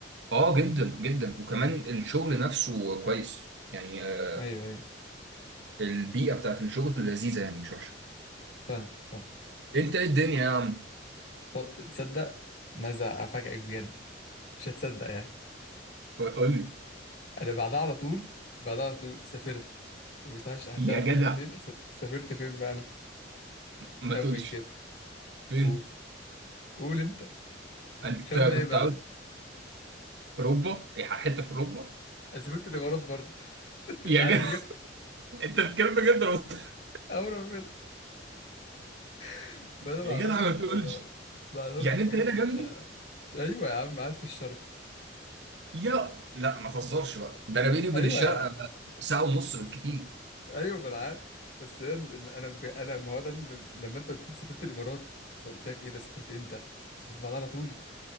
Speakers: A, on the right; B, on the left.
A: اه جدا جدا وكمان
B: مم.
A: الشغل نفسه كويس يعني آه،
B: أيوه أيوه
A: البيئه بتاعت الشغل لذيذه يعني مش وحشه
B: فاهم فاهم
A: انت ايه الدنيا يا عم
B: بق- تصدق أنا عايز أفاجئك بجد مش هتصدق يعني
A: قول لي
B: أنا بعدها على طول بعدها على طول سافرت ومش عارف هتعرف
A: يا جدع
B: أنت فين س- سافرت فين بقى أنا
A: ما
B: خمن
A: تقولش
B: كده
A: فين
B: قول قول أنت
A: انت
B: خمن
A: كنت
B: أي بلد
A: عاوز اوروبا إيه، حته في اوروبا
B: أنا سافرت الإمارات برضه <laughs>
A: يا
B: مش عارف
A: جدع
B: بجد
A: <laughs> انت بتتكلم بجد ولا بتهزر؟
B: اول ما فيلم <laughs> فانا ما
A: يا
B: اعرفش
A: جدع ما
B: ما
A: تقولش
B: ما اعرفش
A: يعني
B: بجد
A: انت هنا
B: انت
A: جنبي
B: ايوه يا عم قاعد في الشرق
A: يا لا ما تهزرش بقى ده انا بيني وبين
B: ايوه
A: الشرق
B: يا عم
A: ساعه ونص بالكتير
B: ايوه ما انا عارف بس هي ال- ال- انا ب... انا ما هو ده ال- لما انت قلت لي سافرت الامارات فقلت لك ايه ده سافرت امتى؟ سافرت بعدها على طول